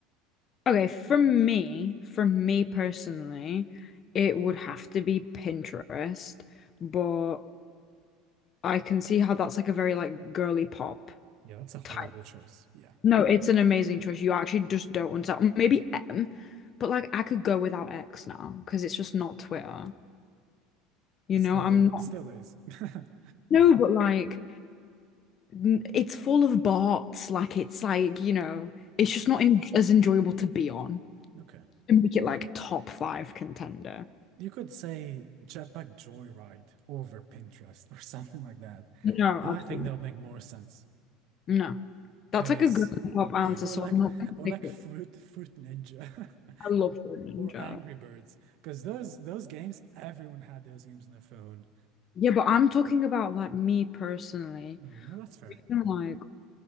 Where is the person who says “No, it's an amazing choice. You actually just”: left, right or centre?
Left